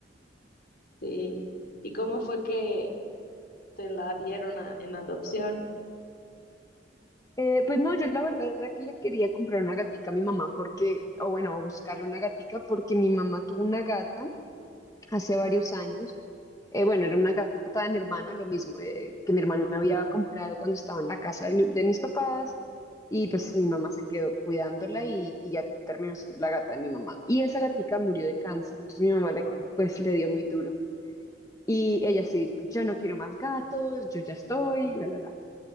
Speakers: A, on the left; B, on the left.
A: Sí. ¿Y cómo fue que te la dieron a- en adopción?
B: Eh, pues no, yo la verdad era que le quería comprar una gatica a mi mamá porque, o bueno, buscarle una gatica porque mi mamá tuvo una gata hace varios años. Eh, bueno, era una gata de mi hermana, lo mismo, eh, que mi hermana había comprado cuando estaba en la casa de, lu- de mis papás y pues mi mamá se quedó cuidándola y, y ya terminó siendo la gata de mi mamá. Y esa gatica murió de cáncer, entonces mi mamá le,
A: Ah,
B: pues le dio muy duro. Y ella sí dijo, yo no quiero más gatos, yo ya estoy, la, la, la.